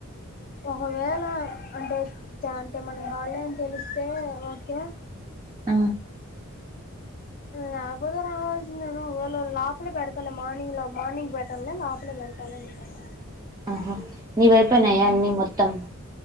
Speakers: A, on the left (about 40°); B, on the right (about 20°).
A: ఒకవేళ అంటే అంటే మనకి హ అని తెలిస్తే ఓకే
B: ఆ
A: నాకపోతే రావాల్సిందేను ఒకవేళ లోపలే పెడతాలి మార్నింగ్ లో మార్నింగ్ పెట్టాలలే లోపలే పెడతాలికన్నా
B: ఆహా నీ వైపోయినాయయా అన్నీ మొత్తం